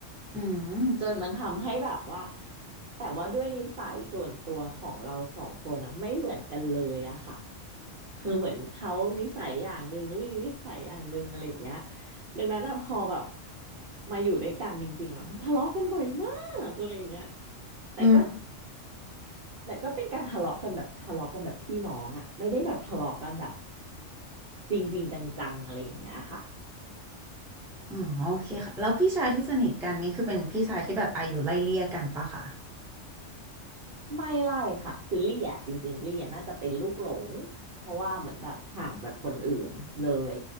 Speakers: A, in the centre; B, on the right.
A: อืม
B: จนมันทำให้แบบว่าแต่ว่าด้วยนิสัยส่วนตัวของเราสองคนอ่ะไม่เหมือนกันเลยอะค่ะคือเหมือนเขานิสัยอย่างหนึ่งลี่นิสัยอย่างหนึ่งอะไรอย่างเงี้ย
A: อืม
B: ดังนั้นอะพอแบบมาอยู่ด้วยกันจริงๆอะมันทะเลาะกันบ่อยมากอะไรอย่างเงี้ยแต่ก็
A: อืม
B: แต่ก็เป็นการทะเลาะกันแบบทะเลาะกันแบบพี่น้องอะไม่ได้แบบทะเลาะกันแบบจริงๆจังๆอะไรอย่างเงี้ยค่ะ
A: อ๋อโอเคค่ะแล้วพี่ชายที่สนิทกันนี่คือเป็นพี่ชายที่แบบอายุไล่เลี่ยกันปะคะ
B: ไม่ไล่ค่ะคือลี่อ่ะจริงๆลี่อ่ะน่าจะเป็นลูกหลงเพราะว่าเหมือนแบบห่างจากคนอื่นเลย